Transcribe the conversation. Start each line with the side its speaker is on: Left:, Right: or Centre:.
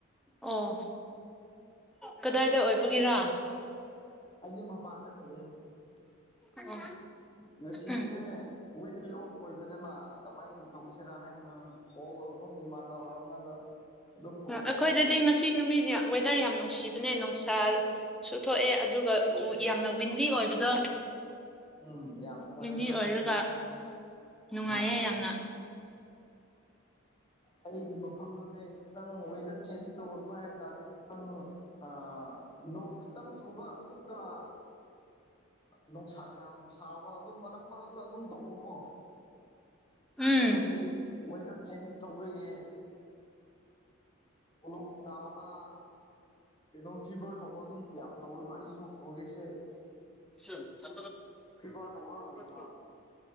Centre: ꯑꯣ ꯀꯗꯥꯏꯗ ꯑꯣꯏꯕꯒꯤꯔꯥ
Left: ꯑꯩꯗꯤ ꯃꯄꯥꯟꯗ ꯂꯩꯌꯦ
Centre: ꯑꯣ
Left: ꯉꯁꯤꯁꯦ
Centre: ꯎꯝ
Left: ꯋꯤꯛꯂꯤ ꯑꯣꯐ ꯑꯣꯏꯕꯅꯤꯅ ꯀꯃꯥꯏꯅ ꯇꯧꯁꯤꯔꯥ ꯍꯥꯏꯅ ꯀꯣꯜ ꯑꯗꯨꯝ ꯏꯃꯥꯟꯅꯕ ꯑꯃꯗ ꯑꯗꯨꯝ ꯀꯣꯜ
Centre: ꯑ
Left: ꯇꯧꯔꯒ
Centre: ꯑꯩꯈꯣꯏꯗꯗꯤ
Left: ꯂꯩꯕ
Centre: ꯉꯁꯤ ꯅꯨꯃꯤꯠ ꯌꯥ ꯋꯦꯗꯔ ꯌꯥꯝ ꯅꯨꯡꯁꯤꯕꯅꯦ ꯅꯨꯡꯁꯥꯜ ꯁꯨ ꯊꯣꯛꯑꯦ ꯑꯗꯨꯒ ꯌꯥꯝꯅ ꯋꯤꯟꯗꯤ ꯑꯣꯏꯕꯗꯣ
Left: ꯎꯝ ꯌꯥꯝ ꯅꯨꯡꯉꯥꯏꯒꯗꯕ
Centre: ꯋꯤꯟꯗꯤ ꯑꯣꯏꯔꯒ
Left: ꯋꯦꯗꯔꯅꯤ
Centre: ꯅꯨꯡꯉꯥꯏꯌꯦ
Left: ꯑꯥ
Centre: ꯌꯥꯝꯅ
Left: ꯑꯩꯒꯤ ꯃꯐꯝꯗꯨꯅꯦ ꯈꯤꯇꯪ ꯋꯦꯗꯔ ꯆꯦꯟꯖ ꯇꯧꯕ ꯍꯥꯏꯇꯥꯥꯔꯦ ꯈꯤꯇꯪ ꯑ ꯅꯣꯡ ꯈꯤꯇꯪ ꯆꯨꯕ ꯑꯃꯨꯛꯀ ꯅꯨꯡꯁꯥ ꯌꯥꯝ ꯁꯥꯕ ꯑꯗꯨꯝ ꯃꯔꯛ ꯃꯔꯛ ꯑꯗꯨꯝ ꯇꯧꯕꯀꯣ
Centre: ꯎꯝ
Left: ꯑꯗꯨꯒꯤ ꯋꯦꯗꯔ ꯆꯦꯟꯖ ꯇꯧꯕꯒꯤ ꯂꯣꯛ ꯅꯥꯕ ꯀꯩꯅꯣ ꯐꯤꯕꯔ ꯇꯧꯕ ꯑꯗꯨꯝ ꯌꯥꯝ ꯇꯧꯋꯦꯕ ꯑꯩꯁꯨ ꯍꯧꯖꯤꯛꯁꯦ
Centre: ꯁꯤ ꯊ
Left: ꯐꯤꯚꯔ ꯇꯧꯔ ꯂꯩꯌꯦꯕ
Centre: <unintelligible>